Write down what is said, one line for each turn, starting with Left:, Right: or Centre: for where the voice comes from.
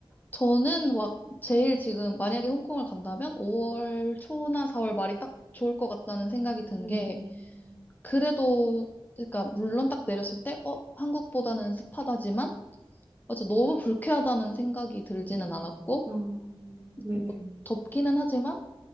Left: 저는 막 제일 지금 만약에 홍콩을 간다면 5월 초나 4월 말이 딱 좋을 것 같다는 생각이 든게
Right: 음.
Left: 그래도, 그러니까, 물론 딱 내렸을 때, 어, 한국보다는 습하다지만, 어차 너무 불쾌하다는 생각이 들지는 않았고,
Right: 아, 네네.
Left: 뭐 덥기는 하지만,